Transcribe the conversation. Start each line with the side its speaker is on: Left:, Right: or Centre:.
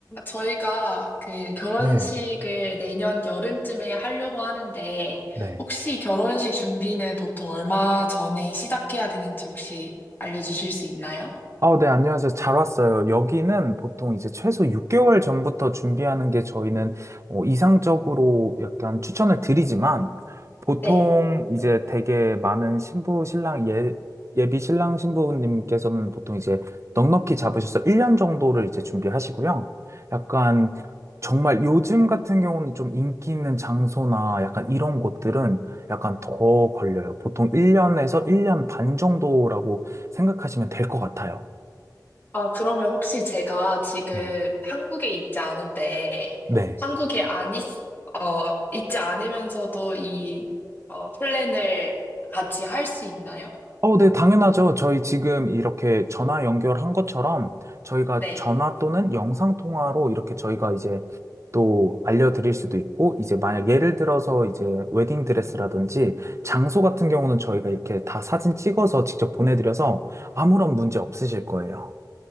Left: 저희가 그 결혼식을
Right: 네,
Left: 내년 여름쯤에 하려고 하는데,
Right: 네.
Left: 혹시 결혼식 준비는 보통 얼마 전에 시작해야 되는지 혹시 알려주실 수 있나요?
Right: 아, 네, 안녕하세요. 잘 왔어요. 여기는 보통 이제 최소 6개월 전부터 준비하는 게 저희는 어, 이상적으로 약간 추천을 드리지만, 보통
Left: 네.
Right: 이제 되게 많은 신부 신랑 예, 예비 신랑 신부님께서는 보통 이제 넉넉히 잡으셔서 1년 정도를 이제 준비하시고요. 약간 정말 요즘 같은 경우는 좀 인기 있는 장소나 약간 이런 곳들은 약간 더 걸려요. 보통 1년에서 1년 반 정도라고 생각하시면 될 것 같아요.
Left: 아, 그러면 혹시 제가 지금
Right: 네.
Left: 한국에 있지 않은데,
Right: 네.
Left: 한국에 안 있, 어, 있지 않으면서도 이, 어, 플랜을 같이 할 수 있나요?
Right: 어, 네, 당연하죠. 저희 지금 이렇게 전화 연결한 것처럼 저희가
Left: 네.
Right: 전화 또는 영상 통화로 이렇게 저희가 이제 또 알려드릴 수도 있고, 이제 만약 예를 들어서 이제 웨딩 드레스라든지 장소 같은 경우는 저희가 이렇게 다 사진 찍어서 직접 보내드려서 아무런 문제 없으실 거예요.